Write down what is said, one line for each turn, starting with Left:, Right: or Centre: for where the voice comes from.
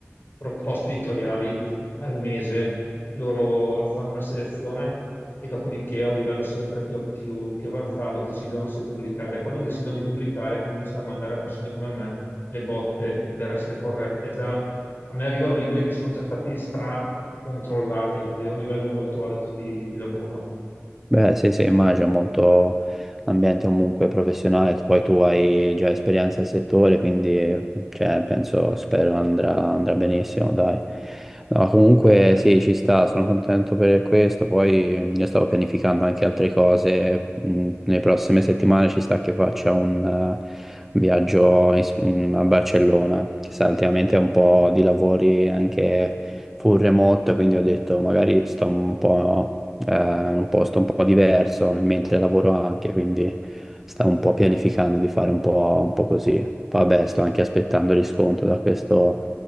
Left: proposte editoriali al mese. Loro fanno una selezione e dopodiché a un livello sempre più, più più avanzato decidono se pubblicare. Quando decidono di pubblicare cominciano a mandare a persone come me le botte per essere corrette. Già, a me arrivano libri che sono già stati stra-controllati, che vedono un livello molto alto di, di lavoro.
Centre: Beh, sì, sì, immagino molto ambiente comunque professionale, poi tu hai già esperienza nel settore, quindi cioè, penso, spero andrà, andrà benissimo, dai. No, comunque sì, ci sta, sono contento per questo, poi mm, io stavo pianificando anche altre cose, mm, nelle prossime settimane ci sta che faccia un eh, viaggio in- in- a Barcellona, che sa, ultimamente è un po' di lavori anche full remote, quindi ho detto magari sto un po' eh, un posto un po' diverso, mentre lavoro anche, quindi stavo un po' pianificando di fare un po', un po' così. Poi vabbè, sto anche aspettando riscontro da questo,